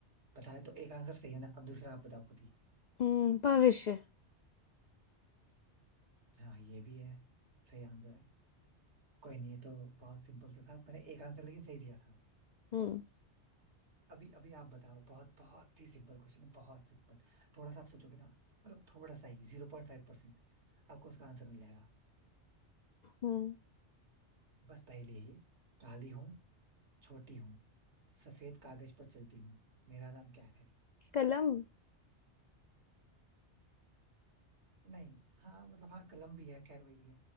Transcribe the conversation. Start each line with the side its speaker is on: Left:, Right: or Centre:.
Right: बताया तो एक आंसर सही है ना अब दूसरा आप बताओ खुद ही
Left: हम्म, भविष्य
Right: हाँ ये भी है सही आंसर है कोई नहीं ये तो बहुत सिंपल सा था मैंने एक आंसर लेकिन सही दिया था
Left: हम्म
Right: अभी अभी आप बताओ बहुत बहुत ही सिंपल क्वेश्चन है बहुत सिंपल थोड़ा सा आप सोचोगे ना मतलब थोड़ा सा ही जीरो पॉइंट फाइव आपको उसका आंसर मिल जाएगा
Left: हम्म,
Right: बस पहली है ये काली हूँ छोटी हूँ सफेद कागज पर चलती हूँ मेरा नाम क्या है
Left: कलम
Right: नहीं हाँ मतलब हाँ कलम भी है खैर वही है